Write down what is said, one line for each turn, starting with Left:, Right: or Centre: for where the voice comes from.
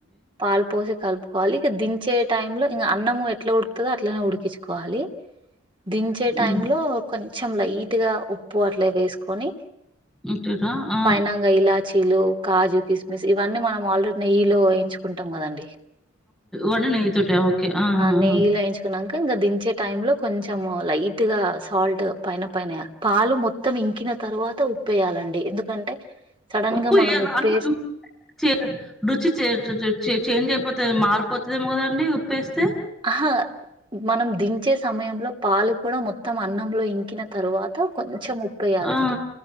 Right: పాలు పోసి కలుపు వాలి ఇక దించే టై లో ఇంకా అన్నము ఎట్లా ఉడుకుతుందో అట్లనే ఉడికించుకోవాలి దించే టై
Centre: హ్మ్.
Right: లో కొన్ని కొంచెం లైట్ గట్టిగా ఉప్పు అట్లే వేసుకొని
Centre: అంతేనా? ఆ!
Right: ఫైనల్ గా ఇలాచీలు కాజు కిస్మిస్ ఇవీ మనం ఆల్రెడీ నెయ్యిలో వేయించు కుంటాం కదండి
Centre: ఉన్న నెయ్యితోటే ఓకే ఆ ఆ
Right: నెయ్యిలో ఎయించుకున్నాక ఇంకా దించే టై లో కొంచెం లైట్ గా సాల్ట్ పైన పైన పాలు మొత్తం ఇంకిన తర్వాత ఉప్పేయాలండి ఎందుకంటే సడన్
Centre: ఉప్పు
Right: గా మనం
Centre: ఏలా
Right: ఉప్పేస్
Centre: అంటే చ రుచి చే చేంజ్ అయిపోతుంది మారిపోతుదేో కదండి ఉప్పేస్
Right: హ మనం దించే సమయంలో పాలు కూడా మొత్తం అన్నంలో ఇంకిన తరువాత కొంచెం ఉప్పు వేయాలండి
Centre: ఆ!